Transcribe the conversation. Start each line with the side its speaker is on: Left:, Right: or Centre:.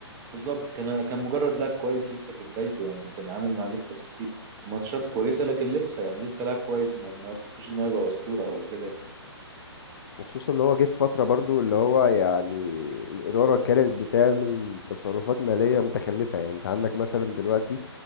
Right: بالظبط كان كان مجرد لاعب كويس لسه في بدايته يعني كان عامل مع ليستر سيتي ماتشات كويسة لكن لسه يعني لسه لاعب كويس ما, ما يرتقيش إن هو يبقى أسطورة أو كده
Left: وخصوصا ان هو جه في فتره برضو اللي هو يعني الاداره كانت بتعمل تصرفات ماليه متخلفه يعني انت عندك مثلا دلوقتي